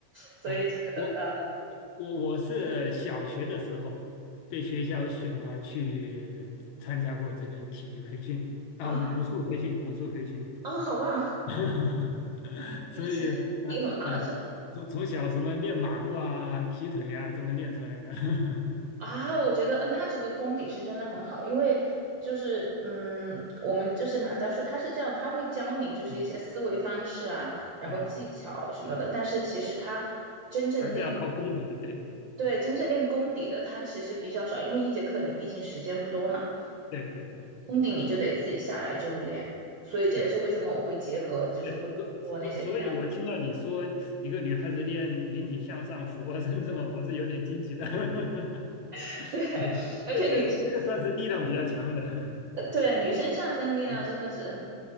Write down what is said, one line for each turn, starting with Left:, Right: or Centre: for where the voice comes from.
Right: 所以这个呃
Left: 啊，我我我我是小学的时候被学校选拔去参加过这个体育培训啊，
Right: 啊
Left: 武武术培训，武术培训，
Right: 啊，好棒！
Left: <laughs>
Right: 你其实功底很好的是吧？
Left: 所以呃呃，从从小什么练马步啊、踢腿啊，这么练出来的，<laughs>
Right: 啊，我觉得呃，那这个功底是真的很好，因为就是嗯，我们就是马教授他是这样，他会教你就是一些思维方式啊，
Left: 啊
Right: 然后技巧什么的，
Left: 啊，
Right: 但是其实他真正练。
Left: 还是要靠功底的，对
Right: 对，真正练功底的它其实比较少，因为一节课你毕竟时间不多嘛，
Left: 对对对
Right: 功底你就得自己下来之后练，所以这也是为什么我会结合，
Left: 对
Right: 就是会做那些力量。
Left: 对，所所所以，我听到你说一个女孩子练引体向上、俯卧撑这么，我是有点惊奇的。<laughs> <laughs>
Right: <laughs> 对，而且女生，
Left: 这这这个算是力量比较强的，<laughs>
Right: 呃对，女生上身力量真的是
Left: 嗯